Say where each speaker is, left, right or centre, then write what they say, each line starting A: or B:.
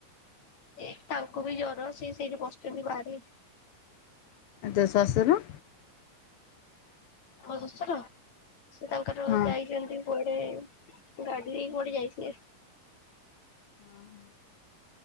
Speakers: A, on the left (about 55°); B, on the left (about 75°).
A: ଏ ତାଙ୍କୁ ବି ଜର ସେ ସେଇଟି ବସିଚନ୍ତି ବାହାରେ।
B: ତୋ ଶଶୁର।
A: ମୋ ଶଶୁର ସେ ତାଙ୍କର
B: ହଁ
A: ଯାଇଚନ୍ତି କୁଆଡେ ଗାଡି ନେଇକି କୁଆଡ଼େ ଯାଇଥିଲେ।
B: <unintelligible>